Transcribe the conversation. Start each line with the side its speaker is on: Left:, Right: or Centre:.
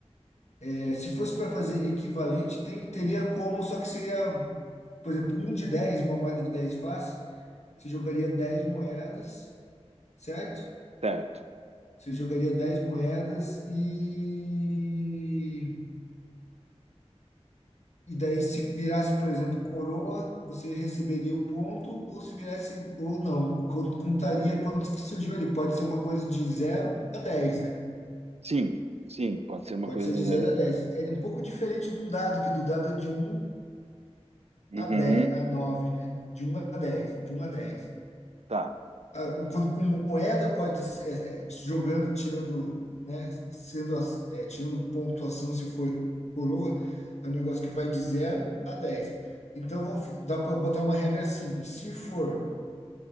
Left: É, se fosse para fazer equivalente, tem- teria como, só que seria, por exemplo, um de dez uma moeda de 10 faz, você jogaria 10 moedas, certo?
Right: Certo.
Left: Você jogaria 10 moedas e. E daí, se virasse, por exemplo, coroa, você receberia o ponto, ou se virasse, ou não, co- contaria quantos que surgiu ali. Pode ser uma coisa de zero a dez né?
Right: Sim, sim, pode ser uma
Left: Pode
Right: coisa
Left: ser
Right: de
Left: de
Right: zero.
Left: zero a dez É um pouco diferente de um dado, que do dado é de um
Right: Uhum,
Left: a dez a nove né? De um a dez de um a dez
Right: tá.
Left: Ah, Enquanto com moeda pode é, é, jogando, tirando, né? Sendo as, é, tirando pontuação se for coroa, é um negócio que vai de zero a dez Então vamos, dá para botar uma regra assim, se for